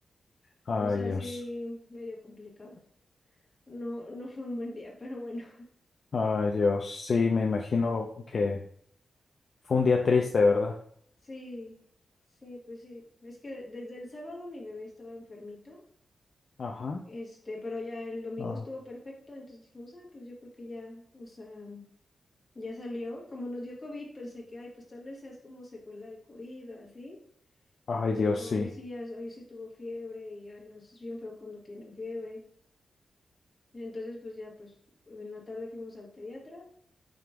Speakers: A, on the left; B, on the left.
A: Ay,
B: o sea,
A: Dios.
B: sí, medio complicado. No, no fue un buen día, pero bueno.
A: Ay, Dios, sí, me imagino que fue un día triste, ¿verdad?
B: Sí, sí, pues sí. Es que desde el sábado mi bebé estaba enfermito,
A: Ajá.
B: este, pero ya el domingo
A: Ah,
B: estuvo perfecto, entonces dijimos, ah, pues yo creo que ya, o sea, ya salió. Como nos dio COVID, pensé que, ay, pues tal vez es como secuela del COVID o así,
A: Ay,
B: pero
A: Dios,
B: no,
A: sí.
B: hoy sí, ya- hoy sí tuvo fiebre y, ay, no, eso es bien feo cuando tienen fiebre. Entonces, pues ya, pues en la tarde fuimos al pediatra